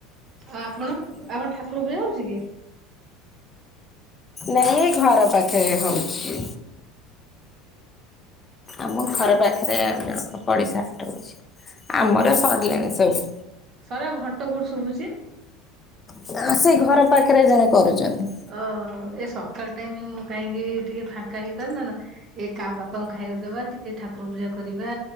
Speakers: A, on the right; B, on the left.
A: ଆଉ ଆପଣ? ଆପଣଙ୍କ ଠାକୁର ପୁଜା ହଉଛି କି?
B: ନାଇଁ ଏଇ ଘର ପାଖେରେ ହଉଛି। ଆମ ଘର ପାଖରେ ଆଉ ଜଣକ ପଡିଶା <unintelligible> ଆମର ସରିଲାଣି ସବୁ।
A: ସଇଲା ଆଉ ଘଣ୍ଟ କୋଉଠୁ ଶୁଭୁଛି?
B: ତାଙ୍କ ସେଇ ଘର ପାଖରେ ଜଣେ କରୁଚନ୍ତି।
A: ଅ। ଏ ସକାଳ ଟାଇମରେ ମୁଁ କାହିଁକି ଟିକେ ଫାଙ୍କା ହେଇପାରୁ <unintelligible> ଏ କାମ୍ ବାପାଙ୍କୁ ଖାଇବାକୁ ଦବା, ଟିକେ ଠାକୁର ପୂଜା କରିବା